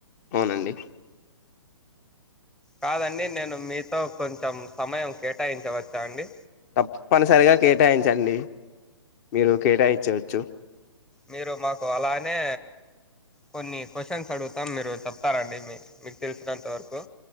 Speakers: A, on the left; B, in the centre.
A: అవునండి
B: కాదండి నేను మీతో కొంచెం సమయం కేటాయించవచ్చా అండి
A: తప్పనిసరిగా కేటాయించండి మీరు కేటాయిచ్చవచ్చు
B: మీరు మాకు అలానే కొన్ని క్వశ్చన్స్ అడుగుతాం మీరు చెప్తారండి మీ మీకు తెలిసినంత వరకు